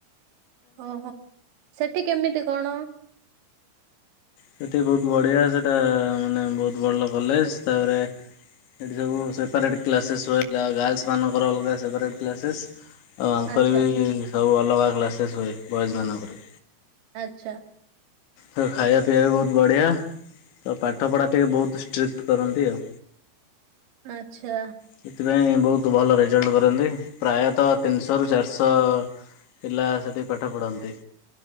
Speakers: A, on the right; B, on the left.
A: ଓହୋ ସେଠି କେମିତି କଣ‌?
B: ସେଠି ବହୁତ ବଢ଼ିଆ ସେଇଟା ମାନେ ବହୁତ ଭଲ କଲେଜ ତାପରେ। ସେଠି ସବୁ ସେପାରେଟ୍ କ୍ଲାସେସ୍ ହଥିଲା ଗାର୍ଲସ ମାନଙ୍କର ଅଲଗା ସେପାରେଟ୍ କ୍ଲାସେସ୍। ଆଉ ଆଙ୍କର
A: ଆଚ୍ଛା
B: ବି ସବୁ ଅଲଗା କ୍ଲାସେସ୍ ହୁଏ ବଏଜ୍ ମାନଙ୍କର‌‌।
A: ଆଚ୍ଛା।
B: ତ ଖାଇବା ପିଇବା ବି ବହୁତ ବଢ଼ିଆ ତ ପାଠପଢ଼ା ଟିକିେ ବହୁତ ଷ୍ଟ୍ରିଟ କରନ୍ତି ଆଉ।
A: ଆଚ୍ଛା।
B: ସେଥିପାଇଁ ବହୁତ ଭଲ ରେଜଲ୍ଟ କରନ୍ତି ପ୍ରାୟତଃ ତିନିଶହରୁ ଚାରିଶହ ପିଲା ସେଠି ପାଠ ପଢ଼ନ୍ତି।